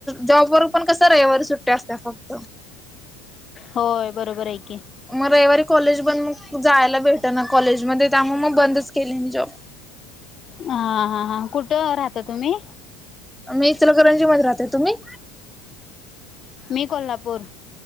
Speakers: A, in the centre; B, on the left (about 40°).
A: जॉबवर पण कस रविवारी सुट्टी असत्या फक्त
B: होय बरोबर आहे की.
A: मग रविवारी कॉलेज बंद. मग जायला भेट ना कॉलेजमध्ये त्यामुळे मग बंदच केले मी जॉब
B: हा हा हा कुठं राहता तुम्ही
A: मी इचलकरंजी मध्ये राहते तुम्ही
B: मी कोल्हापूर.